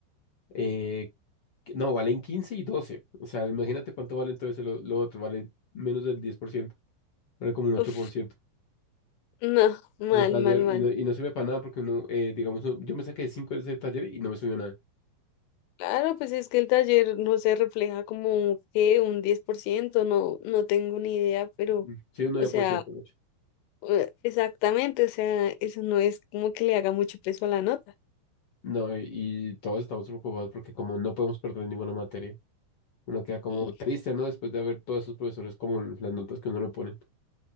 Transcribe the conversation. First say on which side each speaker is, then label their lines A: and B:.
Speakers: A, on the left; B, on the left.
A: Eh, no, valen quince y doce O sea, imagínate cuánto vale entonces lo, lo otro. Vale menos del diez por ciento Vale como un ocho
B: Uf,
A: por ciento
B: no, mal,
A: Un taller
B: mal, mal.
A: y no, y no sirve para nada porque uno, eh, digamos, no- yo me saqué 5 de ese taller y no me subió nada.
B: Claro, pues es que el taller no se refleja como que un 10%, no, no tengo ni idea, pero,
A: Mm, Sí, un 9%,
B: o sea,
A: de hecho.
B: eh, exactamente, o sea, eso no es como que le haga mucho peso a la nota.
A: No, y, y todos estamos preocupados porque como no podemos perder ninguna materia, uno queda como
B: Mm,
A: triste, ¿no? Después de ver todos esos profesores como las notas que uno le pone.